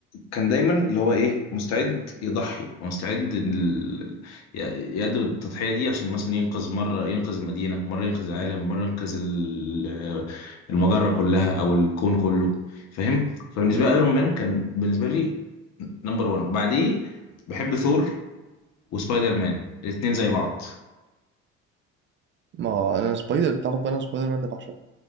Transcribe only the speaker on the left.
كان دايما اللي هو ايه مستعد يضحي ومستعد ال- ي- يأدي التضحيه دي عشان مثلا ينقذ مره ينقذ المدينه مره ينقذ العالم مره ينقذ ال- المجره كلها او الكون كله فاهم فبالنسبه
لي ايرون مان كان بالنسبه لي نمبر 1 بعديه بحب ثور وسبايدر مان الاثنين زي بعض